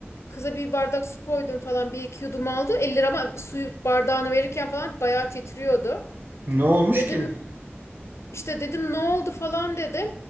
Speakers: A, on the left; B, on the right.
A: Kıza bir bardak su koydum falan bir iki yudum aldı. Elleri ama suyu bardağını verirken falan bayağı titriyordu.
B: Ne olmuş
A: Dedim
B: ki?
A: İşte dedim ne oldu falan dedim.